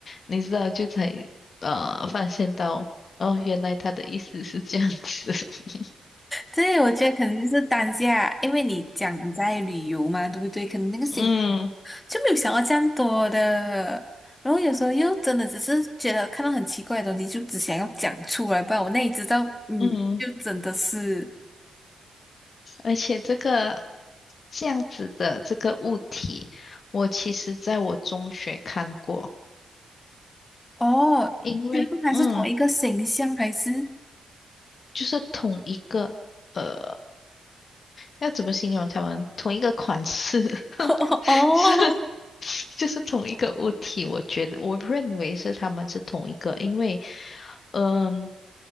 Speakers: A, on the left (about 55°); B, on the left (about 20°).
A: 你知道，就才呃发现到，哦，原来他的意思是这样子。<laughs>
B: 对，我觉得可能就是当下，因为你讲你在旅游嘛，对不对？可能那个心
A: 嗯
B: 就没有想到这样多的。然后有时候又真的只是觉得看到很奇怪的东西，就只想要讲出来，不然我那里知道，嗯，
A: 嗯，
B: 就真的是
A: 而且这个这样子的这个物体，我其实在我中学看过。
B: 哦，
A: 因为嗯，
B: <laughs> 就是还是同一个形象，还是
A: 就是同一个呃，要怎么形容他们？同一个款式，<laughs>
B: <laughs>
A: <laughs>
B: 哦，
A: 就是就是同一个物体，我觉得我认为是他们是同一个，因为嗯，